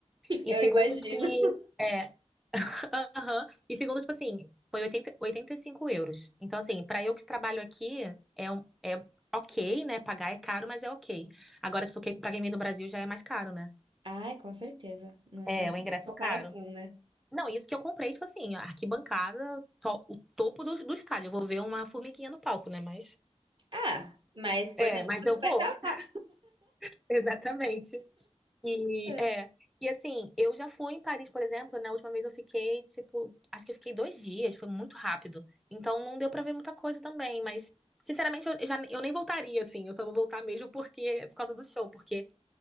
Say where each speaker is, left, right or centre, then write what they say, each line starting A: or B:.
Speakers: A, on the right; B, in the centre.
A: <laughs>
B: E
A: Eu
B: segundo
A: imagino.
B: que, é, Aham. E segundo, tipo assim, foi oitenta oitenta e cinco euros. Então, assim, pra eu que trabalho aqui, é, um- é ok, né? Pagar é caro, mas é ok. Agora, tipo, que- pra quem vem do Brasil já é mais caro, né?
A: Ai, com certeza. Não,
B: É,
A: não tem
B: o ingresso
A: Comparação,
B: caro.
A: né?
B: Não, isso que eu comprei, tipo assim, a arquibancada, to- o topo do, do estádio. Eu vou ver uma formiguinha no palco, né? Mas.
A: Ah, mas o importante
B: É, mas
A: é que
B: eu
A: você
B: vou.
A: vai estar
B: <laughs>
A: lá.
B: Exatamente. E
A: É.
B: é. E assim, eu já fui em Paris, por exemplo, na última vez eu fiquei, tipo, acho que eu fiquei dois dias, foi muito rápido. Então não deu pra ver muita coisa também, mas sinceramente eu, eu já, eu nem voltaria, assim, eu só vou voltar mesmo porque é por causa do show, porque